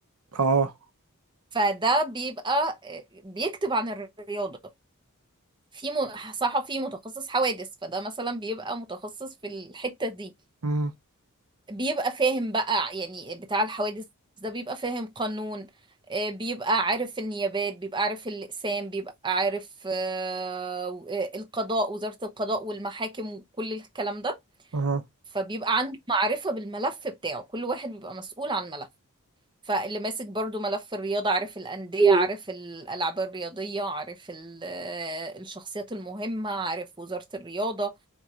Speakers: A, on the right (about 75°); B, on the right (about 20°).
A: اه
B: فده بيبقى إيه، بيكتب عن الرياضة في م- صحفي متخصص حوادث فده مثلا بيبقى متخصص في الحتة دي
A: امم
B: بيبقى فاهم بقى يعني بتاع الحوادث ده بيبقى فاهم قانون آه، بيبقى عارف النيابات بيبقى عارف الأقسام بيبقى عارف آه، آه، القضاء وزارة القضاء والمحاكم وكل الكلام ده
A: اه
B: فبيبقى عنده معرفة بالملف بتاعه كل واحد بيبقى مسؤول عن ملف فاللي ماسك برضو ملف الرياضة عارف الأندية عارف الألعاب الرياضية عارف ال- آه، الشخصيات المهمة عارف وزارة الرياضة